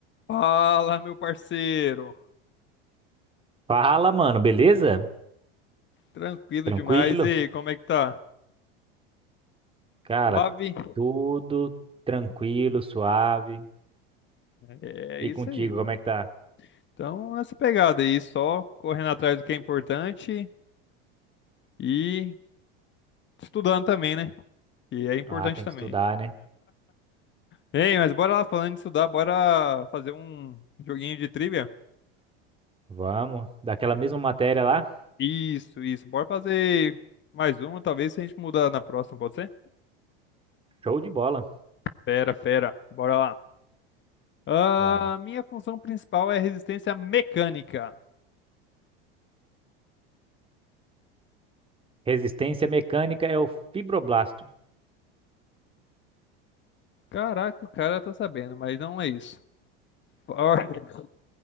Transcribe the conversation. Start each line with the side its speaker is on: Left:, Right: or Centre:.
Left: Fala, meu parceiro.
Right: Fala, mano, beleza?
Left: Tranquilo
Right: Tranquilo?
Left: demais. E aí, como é que tá?
Right: Cara,
Left: Suave?
Right: tudo tranquilo, suave.
Left: É
Right: E
Left: isso
Right: contigo,
Left: aí, mano.
Right: como é que tá?
Left: Então, nessa pegada aí, só correndo atrás do que é importante e estudando também, né? E é importante
Right: Ah, tem
Left: também.
Right: que estudar, né?
Left: Ei, mas bora lá falando de estudar, bora fazer um joguinho de trivia?
Right: Vamos. Daquela mesma matéria lá?
Left: Isso, isso. Bora fazer mais um, talvez se a gente mudar na próxima, pode ser?
Right: Show de bola.
Left: Fera, fera. Bora lá. Ah,
Right: Vamos.
Left: minha função principal é resistência mecânica.
Right: Resistência mecânica é o fibroblasto.
Left: Caraca, o cara tá sabendo, mas não é isso. For- <laughs>